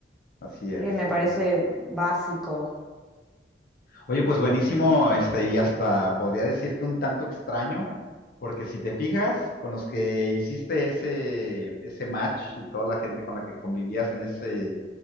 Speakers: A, on the left (about 55°); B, in the centre.
A: Así es,
B: eh, me
A: ajá.
B: parece básico.
A: Oye, pues buenísimo, este, y hasta podría decir que un tanto extraño, porque si te fijas, con los que hiciste ese, ese match y toda la gente con la que convivías en ese,